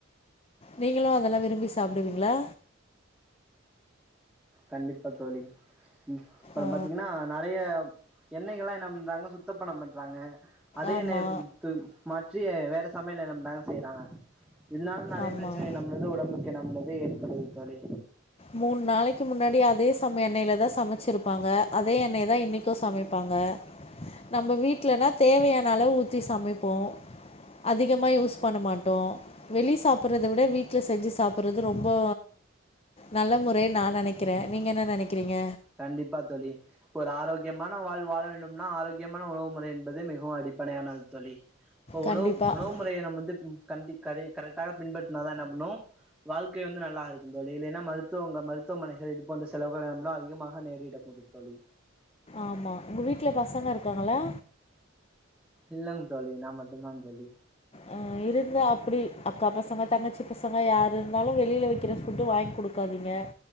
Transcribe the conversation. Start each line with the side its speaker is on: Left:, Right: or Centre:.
Left: நீங்களும் அதெல்லாம் விரும்பி சாப்பிடுவீங்களா
Centre: கண்டிப்பா தோழி அப்புறம்
Left: ஆ.
Centre: பாத்தீங்கன்னா நெறைய எண்ணெய் கல்லாம் என்ன பண்றாங்க சுத்த பண்ண மாட்றாங்க அதே
Left: ஆமா,
Centre: என்னே து மாற்றி <unintelligible> வேற சமையல் ந்தாங்க செய்யறாங்க இதனால நெறைய
Left: ஆமா.
Centre: பிரச்னைய நம்லுது உடம்புக்கு நம்னது கடது தோழி
Left: மூணு நாளைக்கு முன்னாடி அதே சமை எண்ணெயில தா சமச்சிருப்பாங்க அதே எண்ணெயதா இன்னைக்கு சமைப்பாங்க நம்ம வீட்லனா தேவையான அளவு ஊத்தி சமைப்போ அதிகமா யூஸ் பண்ண மாட்டோ வெளி சாப்புர்றத விட வீட்ல செஞ்சு சாப்புர்றது ரொம்போ நல்ல முறை நா நெனக்கிற நீங்க என்ன நெனக்கிறீங்க
Centre: கண்டிப்பா தோழி ஒரு ஆரோக்கியமான வாழ்வ் வாழ வேண்டும்னா ஆரோக்கியமான உணவு முறை என்பது மிகவு அடிப்படையானது தோழி இப்பொ
Left: கண்டிப்பாக
Centre: உணவு உணவு முறைய நம்ம வந்து கண்டி கரெ கரெக்ட்டாக பின்பட்னாதா என்ன பண்ணு வாழ்க்கை வந்து நல்லா இருக்கு தோழி இல்லைனா மருத்துவங்க மருத்துவமனைகள் இது போன்ற செலவுகள் எனப்படு அதிகம் மாஹ நேரிடக் கூடும் தோழி
Left: ஆமா உங்க வீட்ல பசங்க இருக்காங்களா
Centre: இல்லங்க தோழி நா மட்டுந்தா தோழி
Left: அ இருந்த அப்டி அக்கா பசங்க தங்கச்சி பசங்க யாரு இருந்தாலு வெளியில விக்கிற ஃபுட்டு் வாங் குடுக்காதீங்க